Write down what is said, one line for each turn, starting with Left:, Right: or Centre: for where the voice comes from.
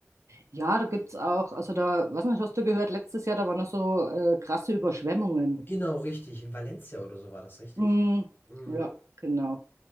Right: Ja, da gibt's auch, also da, was nicht, hast du gehört, letztes Jahr, da waren noch so äh, krasse Überschwemmungen.
Left: Genau, richtig. In Valencia oder so war das, richtig?
Right: Mm,
Left: Mhm.
Right: ja, genau.